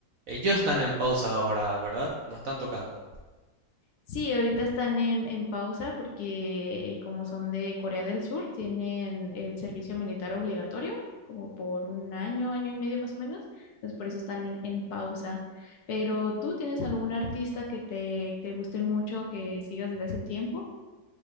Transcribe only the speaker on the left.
Sí, ahorita están en, en pausa porque eh, como son de Corea del Sur, tienen el servicio militar obligatorio como por un año, año y medio más o menos. Entonces por eso están en, en pausa. Pero ¿tú tienes algún artista que te, te guste mucho, que sigas desde hace tiempo?